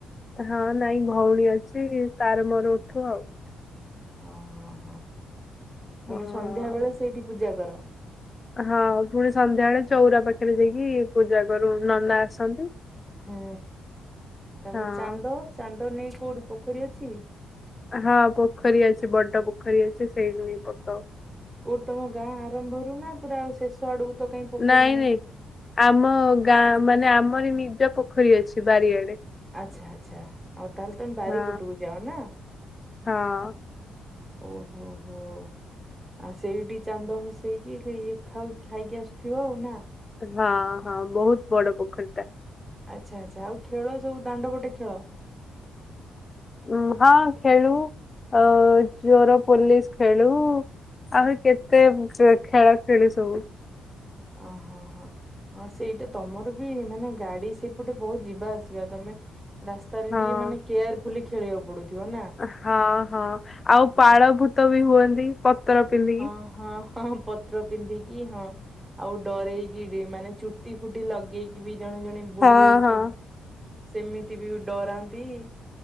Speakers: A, on the left; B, on the right.
A: ହଁ ନାଇଁ ଭଉଣୀ ଅଛି ତାର ମୋର ଉଠୁ ଆଉ।
B: ଓହୋଃ, ପୁଣି
A: ହଁ।
B: ସନ୍ଧ୍ୟା ବେଳେ ସେଇଠି ପୂଜା କର?
A: ହଁ, ପୁଣି ସନ୍ଧ୍ୟା ବେଳେ ଚଉଁରା ପାଖରେ ଯାଇକି ପୂଜା କରୁ, ନନା ଆସନ୍ତି।
B: ହୁଁ, ତାପରେ
A: ହଁ।
B: ଚାନ୍ଦ, ଚାନ୍ଦ ନେଇ କୋଉଠି ପୋଖରୀ ଅଛି?
A: ହଁ, ପୋଖରୀ ଅଛି ବଡ଼ ପୋଖରୀ ଅଛି ସେଇଠି ହିଁ ପକାଉ।
B: କୋଉଠି ତମ ଗାଁ ଆରମ୍ଭରୁ ନା ପୁରା ଆଉ ଶେଷ ଆଡକୁ ତ କାଇଁ ପୋଖରୀ
A: ନାଇଁ
B: ନାହିଁ?
A: ନାଇଁ ଆମ ଗାଁ ମାନେ ଆମରି ନିଜ ପୋଖରୀ ଅଛି ବାରିଆଡେ।
B: ଆଚ୍ଛା ଆଚ୍ଛା, ଆଉ ତାହେଲେ ତମେ ବାରି
A: ହଁ
B: ପଟକୁ ଯାଅ ନା?
A: ହଁ।
B: ଓହୋଃ ହୋଃ। ଆଉ ସେଇଠି ଚାନ୍ଦ ଭସେଇକି ଇଏ ଖାଉ ଖାଇକି ଆସୁଥିବ ଆଉ ନା?
A: ହଁ ହଁ, ବହୁତ ବଡ଼ ପୋଖରୀ ଟା।
B: ଆଚ୍ଛା ଆଚ୍ଛା। ଆଉ ଖେଳ ସବୁ, ଦାଣ୍ଡ ପଟେ ଖେଳ?
A: ଉ ହଁ, ଖେଳୁ ଆଉ ଚୋର ପୋଲିସ ଖେଳୁ। ଆହୁରି କେତେ ଖେଳ ଖେଳୁ ସବୁ।
B: ଅହଁ ହଁ, ହଁ ସେଇଟା ତମର ବି ମାନେ ଗାଡ଼ି ସେ ପଟେ ବହୁତ ଯିବା ଆସିବା। ତମେ ରାସ୍ତାରେ
A: ହଁ।
B: ଟିକେ ମାନେ କେୟାରଫୁଲି ଖେଳିବାକୁ ପଡୁଥିବ ନା?
A: ହଁ ହଁ, ଆଉ ପାଳଭୂତ ବି ହୁଅନ୍ତି ପତର ପିନ୍ଧିକି।
B: ହଁ ହଁ ହଁ, ପତ୍ର ପିନ୍ଧିକି ହଁ ‌ ଆଉ ଡରେଇକିରି ମାନେ ଚୁଟି ଫୁଟି ଲଗେଇକି ବି ଜଣେ ଜଣେ ବୁଢୀ
A: ହଁ
B: ହେଇକି
A: ହଁ।
B: ସେମିତି ବି ଡରାନ୍ତି।